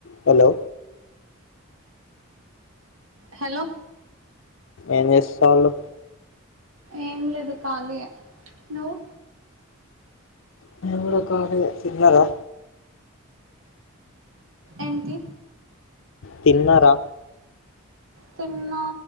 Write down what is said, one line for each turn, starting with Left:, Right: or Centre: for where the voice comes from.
Left: Hello
Right: hello
Left: ఏం చేస్తాళ్ళు
Right: ఏం లేదు ఖాళీయే నువ్వు
Left: నేను కూడ ఖాళీయే తిన్నరా
Right: ఏంటి
Left: తిన్నరా
Right: తిన్నా